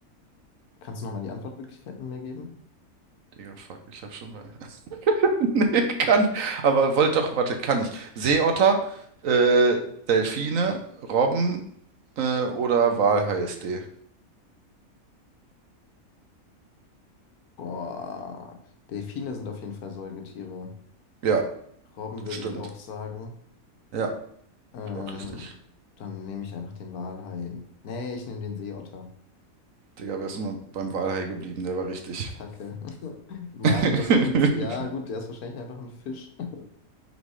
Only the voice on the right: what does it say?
Digga, fuck, ich hab schon mal. <laughs> <laughs> Nee, kann. Aber wollte doch, warte, kann ich. Seeotter, äh, Delfine, Robben, äh, oder Walhai ist D.
Ja,
stimmt.
Ja,
ist auch richtig.
Digga, wärst du mal beim Walhai geblieben, der war richtig.
<laughs>